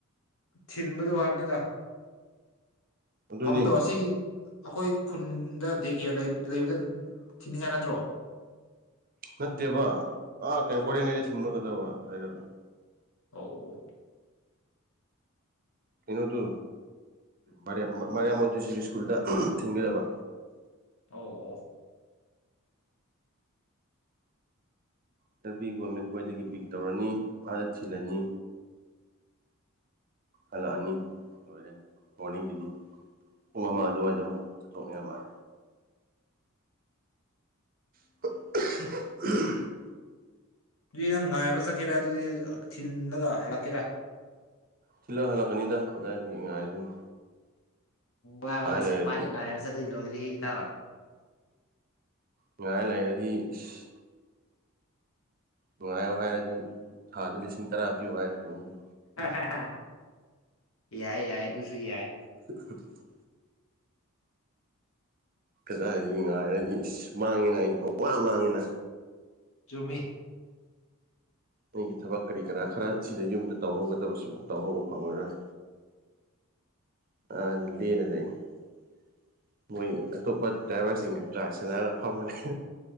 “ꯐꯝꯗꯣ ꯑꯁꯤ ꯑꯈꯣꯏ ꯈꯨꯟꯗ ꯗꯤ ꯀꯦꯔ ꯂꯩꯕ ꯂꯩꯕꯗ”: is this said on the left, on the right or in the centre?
Left